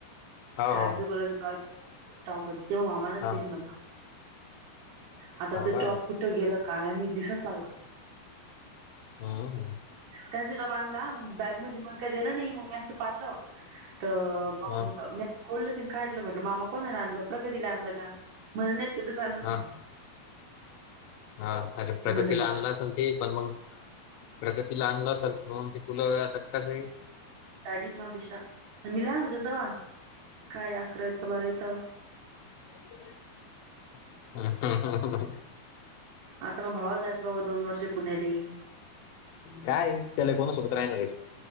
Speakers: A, on the left; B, on the right.
A: हो
B: स्काय
A: हो
B: ब्लू कलरच टॉयप टॉप तेव्हा मामानाच
A: हा
B: दिली
A: हो
B: मला आता ते
A: का
B: टॉप कुठ? कुठं गेला काय महित दिसच ना झाला
A: हा.
B: त्यान तो बांधला मग बॅगमध्ये मला काही दिलं नाही मग मी असं पाहिलं. तर मग
A: हा
B: मी खोललं काढलं म्हणट मामा कोणाला आणलं? प्रगतीला आणलं का म्हणे नाही तुलाच आणललं म्हणे.
A: हा हा अरे प्रगतीला
B: म्हणलं वा
A: आणला असेल. ते पण मग प्रगती आणनलं असेल म्हणून ते तुला आता कसं आहे
B: ाडी म पिशा मिला नझ दवा काय अकराय क बारा य
A: ह ह ह.
B: आता मग भावाला द्यायचं बाबा दोन वर्ष पुण्याली
A: काय त्याला कोणासोबत राहिणार.